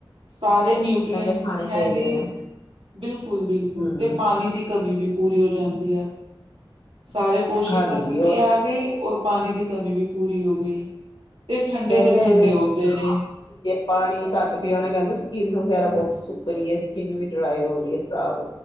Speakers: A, on the right (about 85°); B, on the left (about 60°).
A: ਸਾਰੇ ਨਿਊਟਰੀਐਂਟਸ
B: ਕਹਿੰਦੇ ਖਾਣੇ
A: ਹੈਗੇ
B: ਚਾਹੀਦੇ ਨੇ
A: ਬਿਲ ਬਿਲਕੁਲ
B: ਹੂੰ।
A: ਤੇ ਪਾਣੀ ਦੀ ਕ ਮੀ ਵੀ ਪੂਰੀ ਹੋ ਜਾਂਦੀ ਆ। ਸਾਰੇ ਪੋਸ਼ਕ
B: ਹਾਂਜੀ,
A: ਤੱਤਵ
B: ਉਹ
A: ਵੀ ਆ ਗਏ, ਔਰ ਪਾਣੀ ਦੀ ਕਮੀ ਵੀ ਪੂਰੀ ਹੋ ਗਈ। ਤੇ ਠੰਡੇ
B: ਕਹਿੰਦੇ
A: ਦੇ ਠੰਡੇ
B: ਅ
A: ਹੁੰਦੇ ਨੇ।
B: ਵੀ ਆ ਪਾਣੀ ਘੱਟ ਪੀਓ ਨਾ ਕਹਿੰਦੇ ਸਕਿਨ ਵਗੈਰਾ ਬਹੁਤ ਸੁੱਕ ਰਹੀ ਐ, ਸਕਿਨ ਵੀ ਡਰਾਈ ਹੋ ਰਹੀ ਐ, ਖਰਾਬ